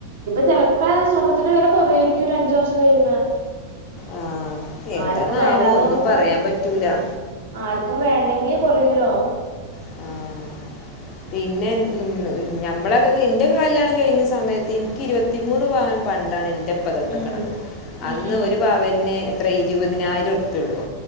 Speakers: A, on the right; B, on the left.
A: ചെലപ്പോ സ്വർണ്ണത്തിന്റെ വില കുറേയിരിക്കും ഒരഞ്ച് വർഷം കഴിയ്പ
B: ആ എന്താന്നാവോ
A: ആർക്കും വേണ്ടാതെ
B: ഒന്നും
A: ഒന്ന
B: പറയാൻ പറ്റൂല.
A: ആർക്കും വേണ്ടെങ്കി കുറയൂലോ
B: ആഹ് പിന്നെ ഉം ഞമ്മളൊക്കെ ഇന്റെക്കെ കല്ല്യാണം കഴിഞ്ഞ സമയത്ത് ഇൻക്കിരുവത് വത്തിമൂന്ന് പവൻ പണ്ടാണ് ഇൻ്റെപ് ന്റെപ്പ തന്ന്ക്ക്ണത്
A: ഉം ഉം
B: അന്ന്
A: ഉം
B: ഒരു പവന്ന് എത്ര ഇരുപതിനായിരം ഉർപ്യള്ളു